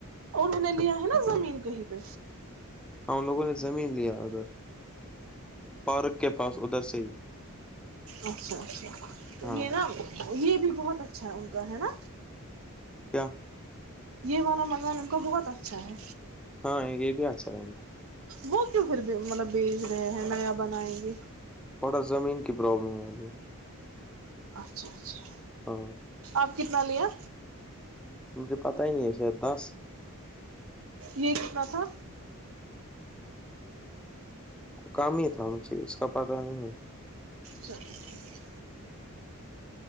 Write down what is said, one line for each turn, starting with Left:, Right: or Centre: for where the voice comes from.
Right: انہوں نے لیا ہے نا زمین کہیں پہ
Centre: ہم لوگوں نے زمین لیا ادھر پارک کے پاس ادھر سے ہی
Right: اچھا اچھا تو
Centre: ہاں
Right: م دم یہ بھی بہت اچھا ہے ان کا ہے نا
Centre: کیا
Right: یہ والا مکان ان کو بہت اچھا ہے
Centre: ہاں یہ بھی اچھا ہے ان کو
Right: وہ کیوں پھر مطلب بیچ رہے ہیں نیا بنائیں گے
Centre: بڑا زمین کی پرابلم ہے ابھی
Right: اچھا اچھا
Centre: ہاں
Right: آپ کتنا لیا
Centre: ت سے پاتائی نہیں ایسے دس
Right: یہ کتنا تھا
Centre: کام ہی تھا مجھے اس کا پتاہ نہیں ہے
Right: چلے ٹھیک ہے